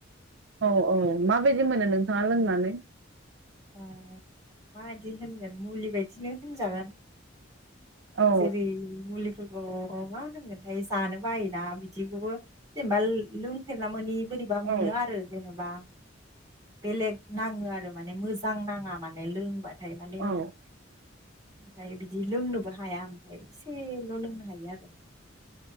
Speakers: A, on the right (about 65°); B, on the right (about 20°).
A: औ औ माबायदि मोनो नोंथाङा लोंनानै
B: माबायदि होनगोन मुलि बायदिनो होनजागोन
A: औ
B: सेरि मुलि बुु मा होनगोनथाय जानो बायोना बिदिखौबो जेनेबा लोंफेरना मोनि बोरैबा मोनो
A: औ
B: आरो जेनेबा बेलेग नाङो आरो माने मोजां नाङा माने लोंबानो नाथाय माने <inaudible>
A: औ
B: ओमफफ्राय बिदि लोंनोबो हाया ओमफ्रायसे एसेल' लोंनो हायो आरो